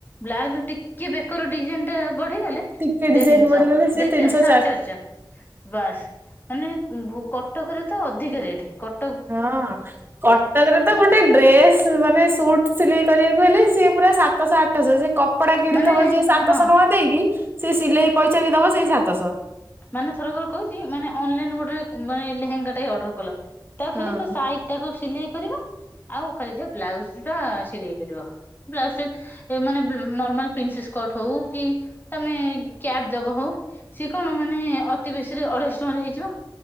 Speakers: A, on the left (about 25°); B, on the right (about 25°).
A: ବ୍ଲାଉଜ ଟିକେ ବେକର ଡିଜାଇନ ଟା ବଢେଇଗଲେ
B: ଟିକେ ଡିଜାଇନ
A: ଦ ତିନିଶହ
B: ବଢିଗଲେ ସିଏ
A: ଦେସାଢେ
B: ତିନିଶହ
A: ଚାରିଶହ ବାସ୍ ମାନେ କଟକରେ ତ ଅଧିକ ରେଟ୍ କଟ
B: ହଁ କଟକରେ ତ ଗୋଟେ ଡ୍ରେସ୍ ମାନେ ସୁଟ ସିଲେଇ କରିବାକୁ ହେଲେ ସିଏ ପୁରା ସାତଶହ ଆଠଶହ ସେ କପଡା କିଣିଥବ
A: ମାନେ
B: ଯିଏ ସାତଶହ
A: ହଁ
B: ନଆ ଦେଇକି ସେ ସିଲେଇ ପଇସା ବି ଦବ ସେଇ ସାତଶହ
A: ମାନେ ଥରଥର କହୁଛି ମାନେ ଅନଲାଇନ ଗୋଟେ ମାନେ ଲେହେଙ୍ଗା ଟା ଅର୍ଡର କଲ ତା
B: ହଁ
A: ଖାଲି ତ ସାଇଟ ଟାକୁ ସିଲେଇ କରିବା ଆଉ ଖାଲି ଯ ବ୍ଲାଉଜ ଟା ସିେଇ କରିବ ବ୍ଉଜ ମାନେ ନର୍ମାଲ ପ୍ରିନ୍ସ ହ କି ତମେ କ୍ୟାବ ଦବ ହଉ ସ କଣ ଆମ ମାନେ ଅତି ବେଶୀରେ ଅଢେଇଶ ଟଙ୍କା ହେଇଛ